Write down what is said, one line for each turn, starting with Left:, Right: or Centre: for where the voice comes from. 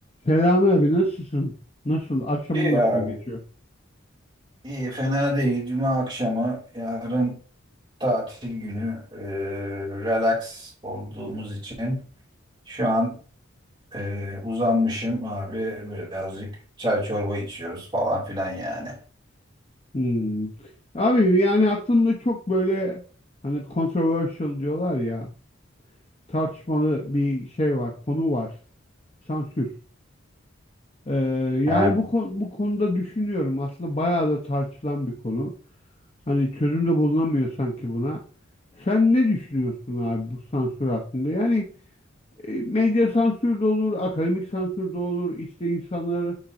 Left: Selami abi nasılsın? Nasıl? Akşamın
Right: İyi
Left: nasıl
Right: abi.
Left: geçiyor?
Right: İyi, fena değil. Cuma akşamı, yarın tatil günü, e, relax olduğumuz için şu an e, uzanmışım abi. Birazcık çay çorba içiyoruz falan filan yani.
Left: Hmm. Abi yani aklımda çok böyle hani controversial diyorlar ya tartışmalı bir şey var, konu var. Sansür. Ee, yani
Right: He.
Left: bu konu, bu konuda düşünüyorum. Aslında bayağı da tartışılan bir konu. Hani çözüm de bulunamıyor sanki buna. Sen ne düşünüyorsun abi bu sansür hakkında? Yani E, medya sansür de olur, akademik sansür de olur. İşte insanlar